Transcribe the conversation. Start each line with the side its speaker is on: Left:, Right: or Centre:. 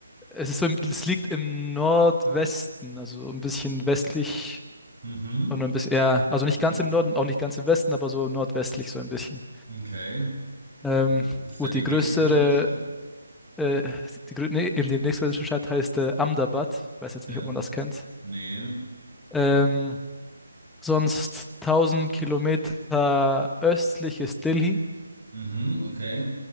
Centre: Es ist so, im- es liegt im Nordwesten, also so ein bisschen westlich
Right: Mhm.
Centre: und ein bisschen, ja, also nicht
Right: Ja.
Centre: ganz im Norden, auch nicht ganz im Westen, aber so nordwestlich so ein bisschen.
Right: Okay.
Centre: Ähm,
Right: Was ist
Centre: gut,
Right: da die
Centre: die
Right: nächstgrößere
Centre: größere,
Right: Stadt?
Centre: äh, die, grö- nee, eben die nächstgrößere Stadt heißt äh, Ahmedabad. Weiß jetzt
Right: Ja.
Centre: nicht, ob man das kennt.
Right: Ne.
Centre: Ähm, sonst 1000 Kilometer östlich ist Delhi,
Right: Mhm, okay.